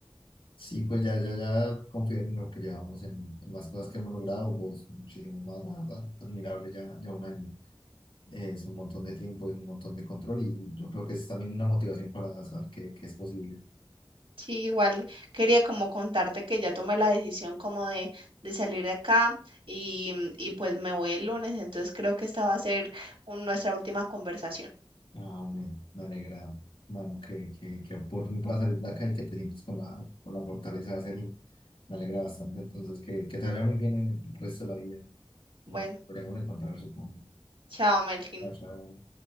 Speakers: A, on the left (about 75°); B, on the right (about 80°).
A: Sí, pues ya, ya, ya confío en lo que llevamos, en, en las cosas que hemos logrado, vos muchísimo más, la verdad, admirable ya, ya un año. es un montón de tiempo y un montón de control y yo creo que es también una motivación para saber que, que es posible.
B: Sí, igual quería como contarte que ya tomé la decisión como de, de salir de acá y, mm, y pues me voy el lunes, entonces creo que esta va a ser un- nuestra última conversación.
A: Ah, me, me alegra, mano, que, que, que por fin puedas salir de acá y que te sientes con la, con la fortaleza de hacerlo. Me alegra bastante, entonces que, que te vaya muy bien en el resto de la vida.
B: Bueno,
A: Nos podremos encontrar, supongo.
B: chao, Melkin.
A: Chao, chao.